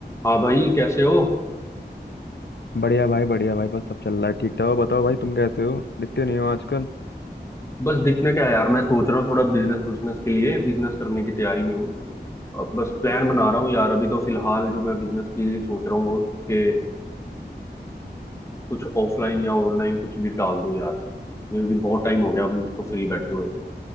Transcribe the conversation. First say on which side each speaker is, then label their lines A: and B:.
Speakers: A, on the left; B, on the left.
A: हाँ भाई कैसे हो
B: बढ़िया भाई बढ़िया भाई बस सब चल रहा है ठीक था बताओ भाई तुम कैसे हो दिखते नहीं हो आजकल
A: बस दिखने क्या है यार मैं सोच रहा हूँ थोड़ा बिजनेस बिजनेस के लिए बिजनेस करने की तैयारी में हूँ अब बस प्लान बना रहा हूँ यार अभी तो फिलहाल जो मैं बिजनेस के लिए सोच रहा हूँ वो कि कुछ ऑफलाइन या ऑनलाइन कुछ भी डाल दूँ यार क्योंकि बहुत टाइम हो गया अब मुझको फ्री बैठे हुए